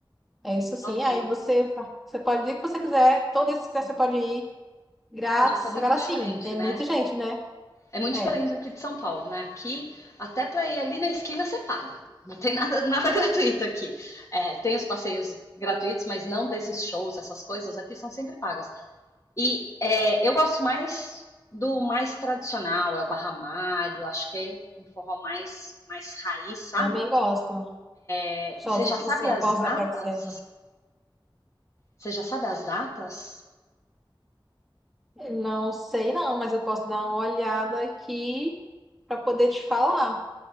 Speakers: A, in the centre; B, on the left.
A: É isso sim.
B: Nossa,
A: Aí
B: é muito,
A: você, você pode ir o que você quiser, todo isso que você quiser, você pode ir grátis.
B: nossa, é muito
A: Agora
B: diferente,
A: sim, tem
B: né?
A: muita gente, né?
B: É muito
A: É,
B: diferente aqui de São Paulo, né? Aqui, até para ir ali na esquina, você paga. Não tem nada, <laughs> nada gratuito aqui. É, tem os passeios gratuitos, mas não desses shows, essas coisas aqui são sempre pagas. E é, eu gosto mais do mais tradicional, é o barramalho, acho que é um forró mais, mais raiz, sabe?
A: também gosto.
B: É,
A: Sozinho,
B: Você já sabe as
A: eu posso
B: datas?
A: dar para serva.
B: Você já sabe as datas?
A: Não sei não, mas eu posso dar uma olhada aqui para poder te falar,